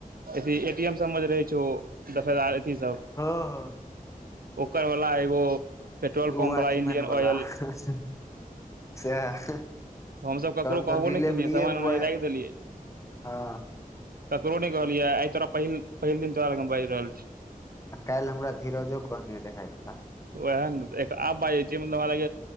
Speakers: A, on the right (about 80°); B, on the left (about 20°).
A: अथ ए टी एम सब मे जे रहै छौ दफेदार अथी सब
B: हँ हँ
A: ओकर वला एगो पेट्रोल
B: उ
A: पंप
B: वाचमैन
A: वाला इंडियन
B: वला
A: ऑयल
B: सएह
A: हमसभ ककरो
B: तहन
A: कहबो
B: तऽ डिलेवरिए
A: नहि केलियै समामान
B: बॉय
A: ओनाहि राखि देलियै
B: हँ
A: ककरो नहि कहलिय आइ तोरा पहिल पहिल दिन तोरा लग बाजि रहल छी
B: आ काल्हि हमरा धीरजो कहने रहै ई बात
A: ओह आब बाजै छी मतलब हमरा लाग